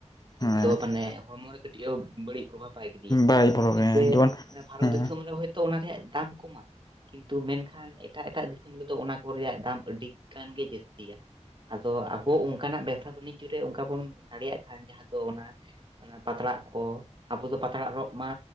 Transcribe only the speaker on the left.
ᱦᱮᱸ
ᱵᱟᱭ ᱵᱚᱞᱚᱜᱮ
ᱡᱮᱢᱚᱱ
ᱦᱮᱸ